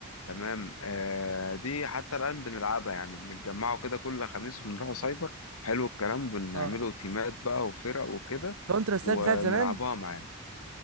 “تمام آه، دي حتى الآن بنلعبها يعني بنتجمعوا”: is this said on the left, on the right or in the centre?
Left